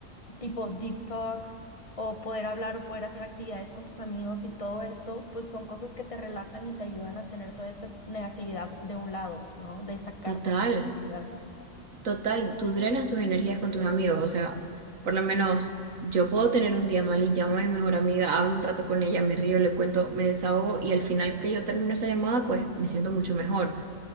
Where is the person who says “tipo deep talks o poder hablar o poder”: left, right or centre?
Left